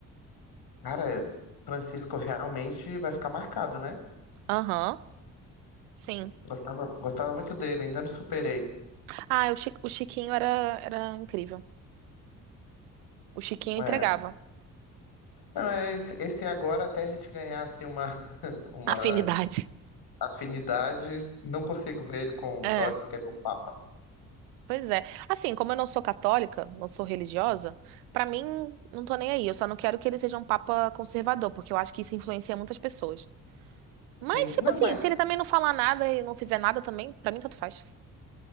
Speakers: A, on the left (about 55°); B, on the right (about 75°).
A: Cara, Francisco realmente vai ficar marcado, né?
B: Aham, sim.
A: Gostava, gostava muito dele, ainda não superei.
B: Ah, o, Chi- o Chiquinho era, era incrível. O Chiquinho entregava.
A: É. Não, é esse esse agora até a gente ganhar assim, uma, <laughs> uma
B: <laughs> Afinidade.
A: afinidade, não consigo ver ele com
B: É,
A: os olhos que é meu papa.
B: pois é. Assim, como eu não sou católica, não sou religiosa, pra mim, não tô nem aí. Eu só não quero que ele seja um Papa conservador, porque eu acho que isso influencia muitas pessoas. Mas,
A: Sim,
B: tipo
A: não,
B: assim,
A: mas
B: se ele também não falar nada e não fizer nada também, pra mim tanto faz.